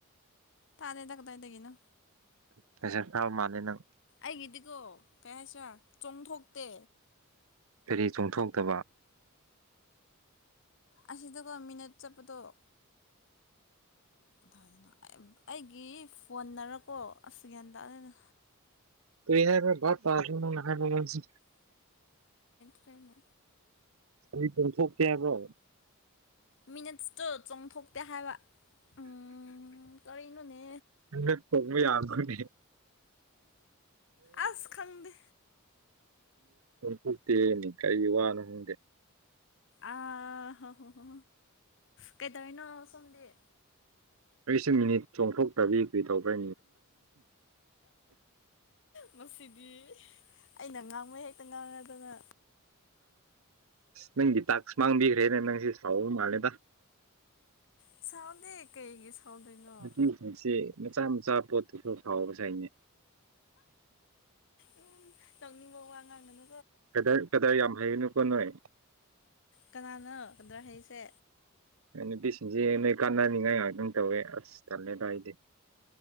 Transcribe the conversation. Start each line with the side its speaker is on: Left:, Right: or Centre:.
Left: ꯇꯥꯔꯦ ꯇ ꯇ ꯏꯗꯒꯤꯅ
Right: ꯄꯦꯁꯔꯠ ꯐ꯭ꯔ ꯃꯥꯅꯤ ꯅꯪ
Left: ꯑꯩꯒꯤꯗꯤꯀꯣ ꯀꯩ ꯍꯥꯏꯁꯤꯔꯥ ꯆꯣꯡꯊꯣꯛꯇꯦ
Right: ꯀꯔꯤ ꯆꯣꯡꯊꯣꯛꯇꯕ
Left: ꯑꯁꯤꯗꯀꯣ ꯃꯤꯅꯠ ꯆꯠꯄꯗꯣꯣ ꯑꯗꯨꯗꯅ ꯑꯩꯒꯤ ꯐꯣꯟꯅꯔꯀꯣ ꯑꯁ ꯌꯥ꯭ꯌꯥꯟ ꯇꯗꯅ
Right: ꯀꯔꯤ ꯍꯥꯏꯕꯥ ꯇ ꯍꯥꯏꯁꯤ
Left: ꯐ꯭ꯔꯦꯃꯦ
Right: ꯆꯣꯡꯊꯣꯛꯇꯦ ꯍꯥꯏꯕ꯭ꯔꯣ
Left: ꯃꯤꯅꯤꯠꯁꯇ ꯆꯣꯡꯊꯣꯛꯇꯦ ꯍꯥꯏꯕ ꯎꯝ ꯀꯔꯤꯅꯣꯅꯦ
Right: ꯅ ꯀꯣꯏ ꯌꯥꯗꯅꯤ
Left: ꯑꯁ ꯈꯪꯗ
Right: ꯎꯝꯠꯇꯅꯤ ꯀꯔꯤ ꯋꯥꯅ ꯍꯪꯗꯦ
Left: ꯑ ꯍꯣ ꯍꯣ ꯍ ꯀꯩꯗꯧꯅꯣ ꯁꯣꯝꯗꯤꯦ
Right: ꯑꯩꯁ ꯃꯤꯅꯤꯠ ꯆꯣꯡꯊꯣꯛꯇꯕꯤ ꯀꯔꯤ ꯇꯧꯕ꯭ꯔꯥ
Left: ꯉꯗꯤ ꯑꯩꯅ ꯉꯥꯡꯕ ꯍꯦꯛꯇ ꯉꯥꯡꯉꯦ ꯑꯗꯨꯅ
Right: ꯅꯪꯒꯤ ꯇꯥꯛ ꯃꯥꯡꯕꯤꯈ꯭ꯔꯦꯅꯦ ꯅꯪꯁꯤ ꯁꯥꯎꯕ ꯃꯥꯜꯂꯦꯗ
Left: ꯁꯥꯎꯗ ꯀꯩꯒꯤ ꯁꯥꯎꯗꯣꯏꯅꯣ
Right: ꯅꯨꯄꯤꯁꯤꯡꯁꯤ ꯃꯆꯥ ꯃꯆꯥ ꯄꯣꯠꯇꯨꯁꯨ ꯍꯥꯎꯕꯁꯅꯦ
Left: ꯎ ꯂꯧꯅꯤꯡꯕ ꯋꯥ ꯉꯥꯡꯅꯅꯨ
Right: ꯀꯗꯥ ꯀꯗꯥꯏ ꯌꯥꯝ ꯍꯥꯏꯩꯡꯅꯨꯀ ꯅꯣꯏ
Left: ꯀꯅꯥꯅꯣ ꯀꯗ꯭ꯔ ꯍꯥꯏꯁꯦ
Right: ꯑ ꯕꯤꯁꯤꯡꯁꯦ ꯅꯣꯏ ꯀꯥꯟꯅꯅꯤꯡꯉꯥꯏ ꯉꯥꯏꯍꯥꯛ ꯑꯗꯨꯝ ꯇꯧꯋꯦ ꯑꯁ ꯇꯜꯂꯦ ꯚꯥꯏꯗꯤꯦ